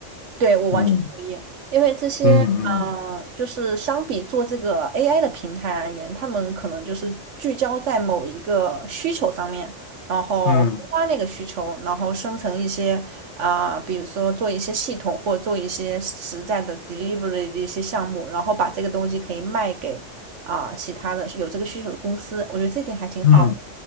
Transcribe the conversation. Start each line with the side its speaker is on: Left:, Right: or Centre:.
Right: 对，我完全同意，
Left: 嗯
Right: 因为这些，
Left: 嗯嗯
Right: 呃，就是相比做这个 AI 的平台而言，他们可能就是聚焦在某一个需求上面，然后深挖那个需求，
Left: 嗯
Right: 然后生成一些，啊、比如说做一些系统或做一些实在的 delivery 的一些项目，然后把这个东西可以卖给啊、其他的有这个需求的公司，我觉得这点还挺好的。
Left: 嗯